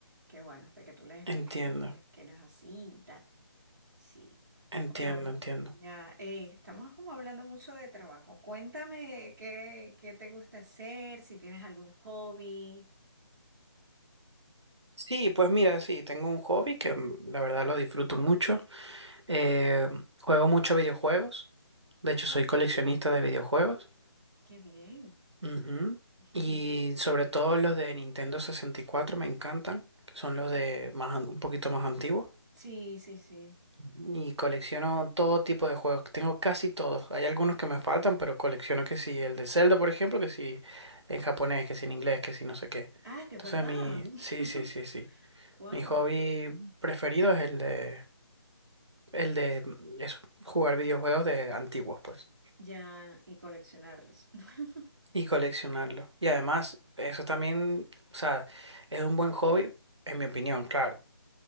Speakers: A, on the right; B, on the right.
A: que bueno, hasta que tú les explicas
B: Entiendo,
A: que mires, que no es así y tal. Sí.
B: entiendo,
A: Bueno,
B: entiendo.
A: ya, eh, estamos como hablando mucho de trabajo. Cuéntame qué, qué te gusta hacer, si tienes algún hobby.
B: Sí, pues mira, sí, tengo un hobby que mm, la verdad lo disfruto mucho. Eh, juego mucho videojuegos. De hecho,
A: Claro.
B: soy coleccionista de videojuegos.
A: Qué bien.
B: Ujú.
A: <laughs>
B: Y sobre todo los de Nintendo 64 me encantan, que son los de más, an- un poquito más antiguos.
A: Sí, sí, sí.
B: Ujú. Y colecciono todo tipo de juegos, tengo casi todos. Hay algunos que me faltan, pero colecciono que si el de Zelda, por ejemplo, que si en japonés, que si en inglés, que si no sé qué.
A: Ah, de
B: Entonces
A: verdad.
B: mi,
A: <laughs>
B: sí, sí, sí, sí.
A: Wow.
B: Mi hobby preferido es el de, el de mm, eso, jugar videojuegos de antiguos, pues.
A: Ya, y coleccionarlos. <laughs>
B: Y coleccionarlo. Y además, eso también, o sea, es un buen hobby, en mi opinión, claro.